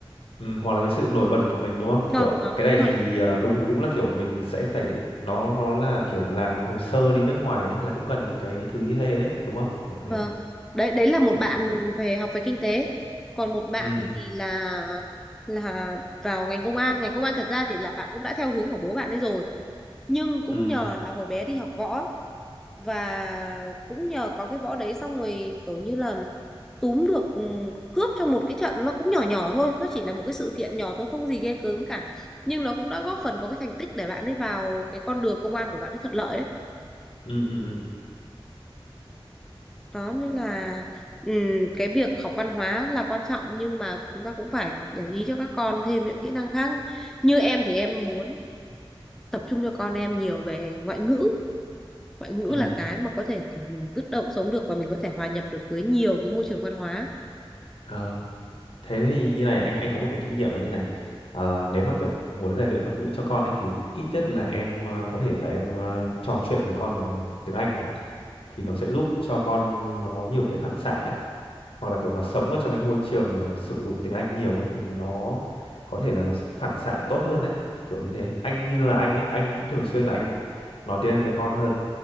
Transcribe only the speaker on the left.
ừ hoặc là cái sự nổi bật của mình đúng không
kiểu à,
cái
này
thì
ờ, đúng đúng là kiểu mình sẽ phải nó nó là kiểu làm hồ sơ đi nước ngoài ấy, là cũng cần những cái thứ như thế đấy đúng không kiểu
thế
ừ
ừ
ừ
ừ ừ ừ, ừ.
ừ.
Ờ. thế thì như này anh anh có một cái kinh nghiệm là như này Ờ, nếu mà kiểu muốn rèn luyện ngoại ngữ cho con ấy thì ít nhất là em ờ, có thể là em ờ, trò chuyện với con bằng tiếng Anh chẳng hạn. thì nó sẽ giúp cho con nó có nhiều cái phản xạ ấy hoặc là kiểu nó sống ở trong cái môi trường mà sử dụng tiếng Anh nhiều ấy thì nó có thể là nó sẽ phản xạ tốt hơn đấy kiểu như thế anh như là anh ấy anh cũng thường xuyên là anh nói tiếng Anh với con hơn